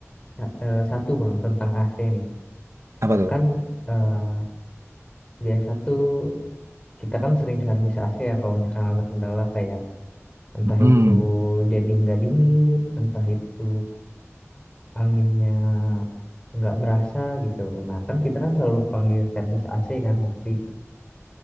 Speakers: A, on the left (about 20°); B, on the right (about 65°).
A: sa- eh, satu bang tentang AC nih.
B: Apa tuh?
A: Kan eh, biasa tuh kita kan sering servis AC ya kalau misalkan ada kendala kayak Entah
B: Mm-mm.
A: itu jadi nggak dingin, entah itu anginnya nggak berasa gitu. Nah, kan kita kan selalu panggil servis AC kan pasti.